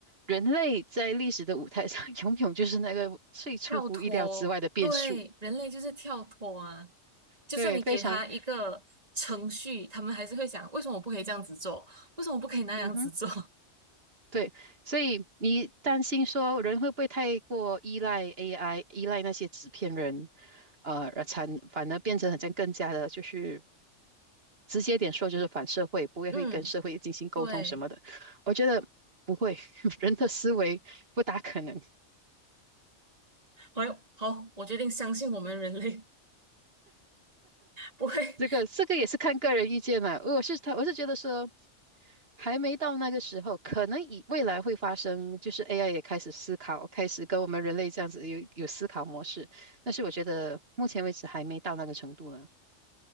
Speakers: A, on the right; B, on the right.
A: 人类在历史的舞台上 <laughs>，永远就是那个最出乎意料之外的变数。
B: 跳脱，对，人类就是跳脱啊，就算你给他一个程序，
A: 对，非常，
B: 他们还是会想，为什么我不可以这样子做？为什么我不可以那样子做？
A: 嗯哼，对，所以你担心说人会不会太过依赖 AI，依赖那些纸片人，呃，而产反而变成好像更加的，就是直接点说就是反社会，不会会跟社会进行沟通什么的。
B: <laughs> 嗯，对，
A: 我觉得不会，<laughs> 人的思维不大可能。
B: 好，好，我决定相信我们人类不会。
A: 这个这个也是看个人意见了。我是他，我是觉得说还没到那个时候，可能以未来会发生，就是 AI 也开始思考，开始跟我们人类这样子有有思考模式。但是我觉得目前为止还没到那个程度呢。